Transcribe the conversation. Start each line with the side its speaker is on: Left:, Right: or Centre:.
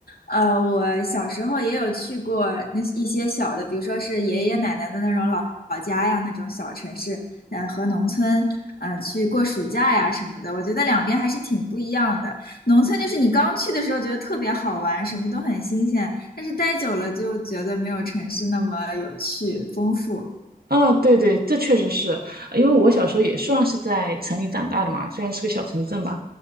Left: 呃，我小时候也有去过那一些小的，比如说是爷爷奶奶的那种老老家呀，那种小城市，嗯、和农村，嗯、去过暑假呀什么的。我觉得两边还是挺不一样的。农村就是你刚去的时候觉得特别好玩，什么都很新鲜，但是待久了就觉得没有城市那么有趣、丰富。
Right: 啊，对对，这确实是，呃因为我小时候也算是在城里长大的嘛，虽然是个小城镇吧，